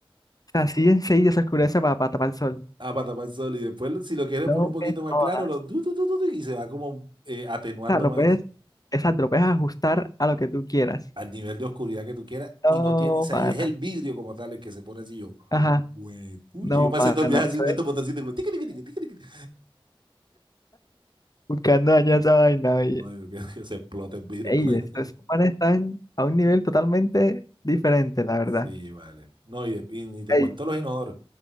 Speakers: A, on the left (about 40°); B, on the right (about 55°).
A: sea, así enseguida se oscurece para, para tapar el sol.
B: a patapal sol. Y después, si lo quieres
A: No
B: poner un poquito
A: me
B: más
A: jodas.
B: claro, lo, tu, tu, tu, tu, tu, y se va como eh, atenuando
A: O sea, lo
B: más
A: puedes, exacto, lo puedes ajustar a lo que tú quieras.
B: al nivel de oscuridad que tú quieras.
A: No,
B: Y no tiene, o sea,
A: pana.
B: y es el vidrio como tal el que se pone así yo.
A: Ajá,
B: Güey, puchi,
A: no,
B: yo pasé
A: pana.
B: todo el viaje
A: Eso
B: así hundiendo
A: es
B: botoncito. y Como, tiqui, tiqui, tiqui, tiqui, tiqui.
A: <laughs> buscando dañar esa vaina, oye.
B: No, digo, que, que se explote el vidrio.
A: Ey,
B: <laughs>
A: estos esos están a un nivel totalmente diferente, la verdad.
B: Sí, vale. No, y, y, y te
A: Ey,
B: cuento los inodoros.